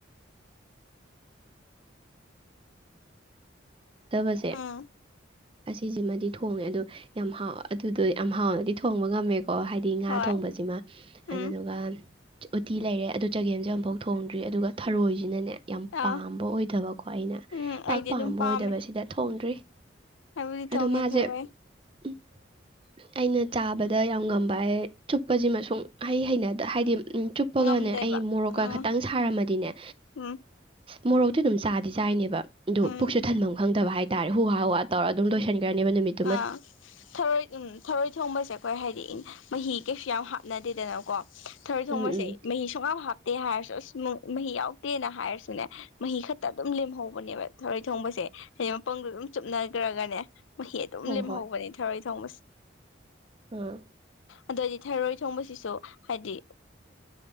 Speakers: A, on the right; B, on the left.
A: ꯊꯃꯁꯦ
B: ꯎꯝ
A: ꯑꯁꯤꯁꯤꯃꯗꯤ ꯊꯣꯡꯉꯦ ꯑꯗꯣ ꯌꯥꯝ ꯍꯥꯎ ꯑꯗꯨꯗꯣ ꯌꯥꯝ ꯍꯥꯎꯅꯗꯤ ꯊꯣꯡꯕ ꯉꯝꯃꯦꯣ ꯀꯣ ꯍꯥꯏꯗꯤ ꯉꯥ
B: ꯍꯣꯏ
A: ꯊꯣꯡꯕꯁꯤꯃ
B: ꯎꯝ
A: ꯑꯗꯨꯗꯨꯒ ꯎꯇꯤ ꯂꯩꯔꯦ ꯑꯗꯨ ꯆꯒꯦꯝꯁꯦ ꯑꯃꯨꯐꯥꯎ ꯊꯣꯡꯗ꯭ꯔꯤ ꯑꯗꯨꯒ ꯊꯔꯣꯏꯁꯤꯅꯅꯦ ꯌꯥꯝ ꯄꯥꯝꯕ
B: ꯑꯥ
A: ꯑꯣꯏꯗꯕꯀꯣ ꯑꯩꯅ
B: ꯎꯝ
A: ꯄꯥꯛ
B: ꯑꯩꯗꯤ
A: ꯄꯥꯝꯕ
B: ꯑꯗꯨꯝ ꯄꯥꯝꯃꯦ
A: ꯑꯣꯏ ꯗꯕꯁꯤꯗ ꯊꯣꯡꯗ꯭ꯔꯤ
B: ꯑꯩꯕꯨꯗꯤ
A: ꯑꯗꯣ
B: ꯊꯣꯡꯉꯦ
A: ꯃꯥꯁꯦ
B: ꯊꯔꯣꯏ
A: ꯎ ꯑꯩꯅ ꯆꯥꯕꯗ ꯌꯥꯝ ꯉꯝꯕ ꯍꯥꯏ ꯆꯨꯞꯄꯁꯤꯃ ꯍꯩ ꯍꯩꯅꯗ ꯍꯥꯏꯗꯤ ꯎꯝ ꯆꯨꯞꯄꯒꯅꯦ
B: ꯉꯝꯗꯦꯕ
A: ꯑꯩ ꯃꯣꯔꯣꯛꯀ
B: ꯎꯝ
A: ꯈꯇꯪ ꯁꯥꯔꯝꯃꯗꯤꯅꯦ
B: ꯎꯝ
A: ꯃꯣꯔꯣꯛꯇꯨ ꯑꯗꯨꯝ ꯆꯥꯗꯤꯁ ꯆꯥꯏꯅꯦꯕ ꯑꯗꯨ
B: ꯎꯝ
A: ꯄꯨꯁꯨ ꯈꯪꯗꯕ ꯍꯥꯏꯇꯥꯔꯦ ꯍꯨꯋꯥ ꯍꯨꯋꯥ ꯇꯧꯔ ꯑꯗꯨꯝ ꯂꯣꯏꯁꯤꯟꯈ꯭ꯔꯅꯦꯕ ꯅꯨꯃꯤꯠꯇ
B: ꯑ ꯊꯔꯣꯏ ꯎꯝ ꯊꯔꯣꯏ ꯊꯣꯡꯕꯁꯦ ꯑꯩꯈꯣꯏ ꯍꯥꯏꯗꯤ ꯃꯍꯤ ꯀꯩ ꯀꯌꯥꯝ ꯍꯥꯞꯅꯗꯦꯗꯅ ꯀꯣ ꯊꯔꯣꯏ
A: ꯎꯝ
B: ꯊꯣꯡꯕꯁꯦ
A: ꯎꯝ
B: ꯃꯍꯤ ꯁꯨꯡꯞꯞ ꯇꯦ ꯍꯥꯏꯔꯁꯨ ꯑꯁ ꯃꯍꯤ ꯌꯥꯎꯗꯦꯅ ꯍꯥꯏꯔꯁꯨꯅꯦ ꯃꯍꯤ ꯈꯛꯇ ꯑꯗꯨꯝ ꯂꯦꯝꯍꯧꯕꯅꯦꯕ ꯊꯧꯔꯩ ꯊꯣꯡꯕꯁꯦ ꯍꯥꯏꯗꯤ ꯃꯄꯪꯗꯣ ꯑꯗꯨꯝ ꯆꯨꯞꯅꯈ꯭ꯔꯒꯅꯦ ꯃꯍꯤ ꯑꯗꯨꯝ
A: ꯍꯣꯏ
B: ꯂꯦꯝꯍꯧꯕꯅꯦ ꯊꯔꯣꯏ ꯊꯣꯡꯕꯁꯦ
A: ꯑꯝ
B: ꯑꯗꯏꯗꯤ ꯊꯩꯔꯣꯏ ꯊꯣꯡꯕꯁꯤꯁꯨ ꯍꯥꯏꯗꯤ